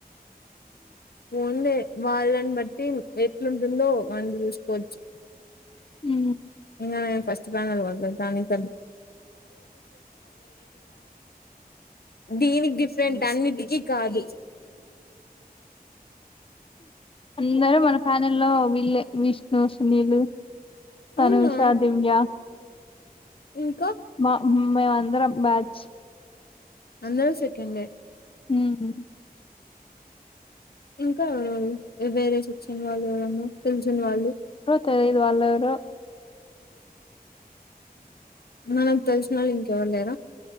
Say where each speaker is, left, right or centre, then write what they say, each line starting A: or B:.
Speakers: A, on the left (about 75°); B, on the left (about 35°).
A: ఓన్లీ వాళ్ళని బట్టి ఎట్లుంటుందో వాళ చూసుకోవచ్చు
B: ఉ
A: ఇంగ నేను ఫస్ట్ ప్యానెల్ పోత కానీ <unintelligible> దీనికి డిఫరెంట్ తన్నీటికి కాలీ
B: అందరు మన ఫ్యాని లో ఇల్లే విష్ణు సునీలు
A: అవునా
B: అనూష దివ్యా
A: ఇంకా
B: మా మే అందర బ్యాచ్
A: అందరు సెకండ్
B: మ్మ్
A: ఇంకా ఎవ వేరే శక్షణ వాళ్ళు ఎవరన పెన్షన్ వాళ్ళు
B: తెలీదు వాలు ఎవరో
A: మనకు తెలిసిన వాళ్ళు ఇంకెవ్వరు లేరా